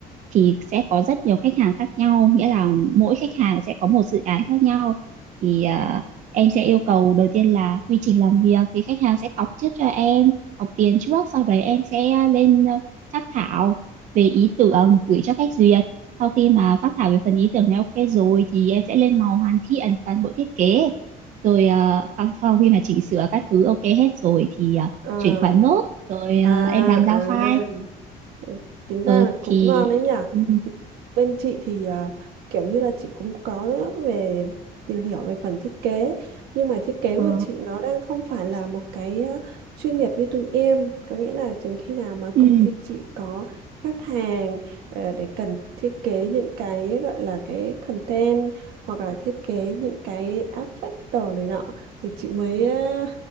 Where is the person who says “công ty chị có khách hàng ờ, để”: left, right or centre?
Right